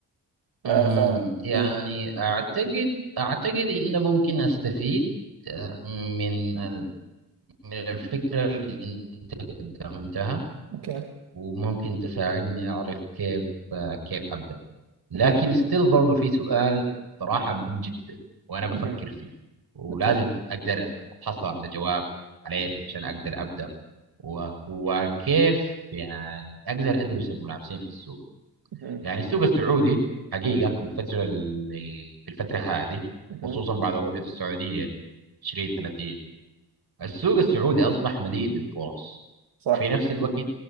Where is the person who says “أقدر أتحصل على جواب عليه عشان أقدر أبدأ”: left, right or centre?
Right